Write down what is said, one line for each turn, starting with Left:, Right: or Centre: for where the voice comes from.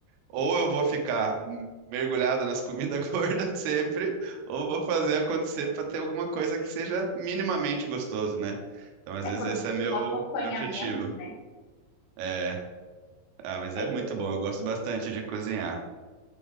Right: Ou eu vou ficar mergulhado nas comidas <laughs> gordas sempre, ou vou fazer acontecer para ter alguma coisa que seja minimamente gostoso, né? Então, às
Left: é
Right: vezes,
Left: quando
Right: esse
Left: não
Right: é
Left: tem
Right: meu,
Left: um acompanhamento,
Right: meu objetivo.
Left: né?
Right: É, ah, mas
Left: É
Right: é muito
Left: importante.
Right: bom, eu gosto bastante de cozinhar.